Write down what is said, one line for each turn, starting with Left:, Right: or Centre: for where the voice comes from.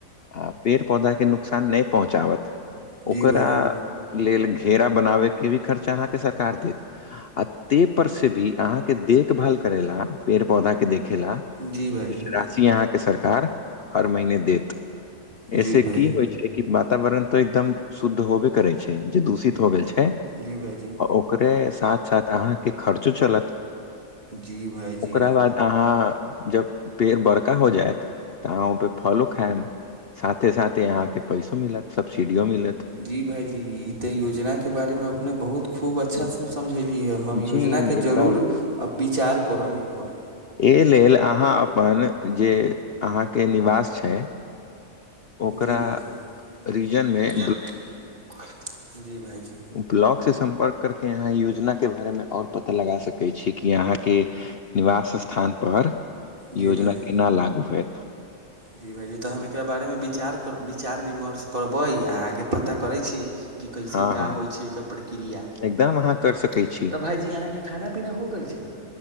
Left: आ पेड़ पौधाके नुकसान नहि पहुँचाबत
Right: जी
Left: ओकरा
Right: भाइजी
Left: लेल घेरा बनाबैके भी खर्चा अहाँके सरकार देत आ तेहि पर से भी अहाँके देखभाल करे ला पेड़ पौधा के देखे ला
Right: जी
Left: कुछ
Right: भाइजी
Left: राशि यहा सरकार हर महीने देत <inaudible> ऐे
Right: जी भाइजी
Left: की होइ छै कि वातावरण तऽ एकदम शुद्ध होबे करै छै जे दूषित हो गेल छै
Right: जी भाइजी
Left: ओकरे साथ साथ अहाँके खर्च चलत
Right: जी भायजी
Left: ओकरा बाद अहाँ जब पेड़ बड़का हो जायत तऽ अहाँ ओहिपे फलो खायम साथे साथे अहाँके पैसो मिलत सब्सिडियो मिलत
Right: जी भाईजी ई तऽ योजन के बारे मे अपने बहुत खूब अच्छासँ समझेली हँ हम योजनाके
Left: जी एकदम
Right: जरूरब विचार करब एहिपर
Left: एहि लेल अहाँ अपन जे अहाँके निवास छै ओकरा
Right: जी भाइजी
Left: रीजन
Right: <unintelligible>
Left: मे
Right: जी भाइजी
Left: ब्लॉग से सम्पर्क करके यहाँ योजना के बारे मे और पता लगा सकैत छी कि अहाँ के निवास स्थान पर योजना
Right: जी भाईजी
Left: केना लागू होयत
Right: जी भाईजी तऽ हम एकरा बारे मे विचार कर विचार विमर्श करबै आ आगे पता करै छी कि कैसे
Left: हँ
Right: का
Left: हँ
Right: होइ छै एकर प्रक्रिया तऽ
Left: एकदम अहाँ कर सकै छी
Right: भाईजी अहाँ के खाना पीना हो गेल छै